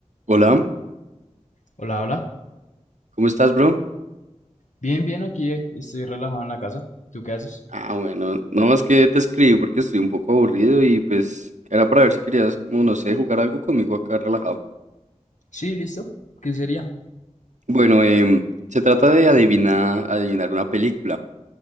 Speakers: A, on the right (about 80°); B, on the left (about 80°).
A: Hola,
B: Hola, hola.
A: ¿cómo estás, bro?
B: Bien, bien, aquí eh, estoy relajado en la casa. ¿Tú qué haces?
A: Ah, bueno, no, es que te escribí porque estoy un poco aburrido y pues era para ver si querías, como no sé, jugar algo conmigo acá relajado.
B: Sí, listo. ¿Qué sería?
A: Bueno, em, se trata de adivinar, adivinar una película.